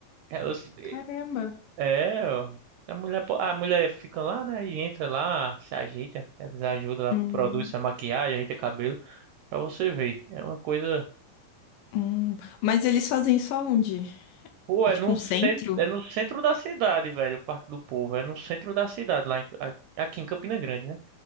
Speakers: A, on the right (about 80°); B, on the left (about 80°).
A: Elas-
B: Caramba.
A: é, ó. a mulher, po- a mulher fica lá, né? E entra lá, se ajeita, eles ajudam, ela
B: Hum,
A: produz sua maquiagem, ajeita cabelo, pra você ver. É uma coisa.
B: hum. Mas eles fazem isso aonde?
A: Pô,
B: É
A: é
B: tipo
A: no
B: um centro?
A: centro, é no centro da cidade, velho, o Parque do Povo. É no centro da cidade, lá em- a- aqui em Campina Grande, né?